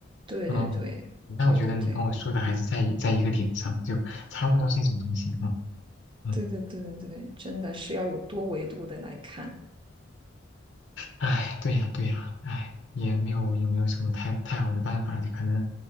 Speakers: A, on the right; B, on the left.
A: 对对对对对对对
B: 嗯，那我觉得你跟我说的还是在一在一个点上，就差不多是一种东西，嗯嗯。
A: 对对对对，真的是要有多维度的来看。
B: 哎，对呀，对呀，哎，也没有有没有什么太太好的办法，就可能